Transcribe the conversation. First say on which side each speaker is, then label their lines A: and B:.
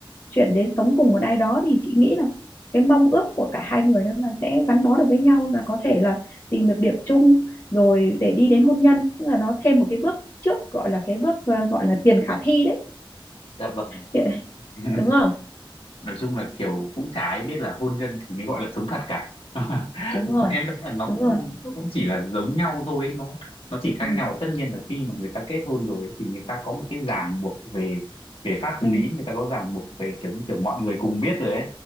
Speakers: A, on the left (about 40°); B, on the left (about 85°).
A: chuyển đến sống cùng một ai đó thì chị nghĩ là cái mong ước của cả hai người đó là sẽ gắn bó được với nhau và có thể là tìm được điểm chung rồi để đi đến hôn nhân tức là nó thêm một cái bước trước gọi là cái bước ờ, gọi là tiền khả thi đấy
B: dạ vâng
A: Chị-
B: <laughs>
A: đúng không
B: nói chung là kiểu cũng chả ai biết là hôn nhân thì mới gọi là sống thật cả <laughs>
A: đúng rồi
B: em thấy là nó
A: đúng
B: cũng
A: rồi
B: nó cũng chỉ là giống nhau thôi ấy. nó nó chỉ khác
A: ừ
B: nhau tất nhiên là khi mà người ta kết hôn rồi ấy, thì người ta có một cái ràng buộc về về pháp
A: ừ
B: lý người ta có ràng buộc về kiểu như kiểu mọi người cùng biết rồi ấy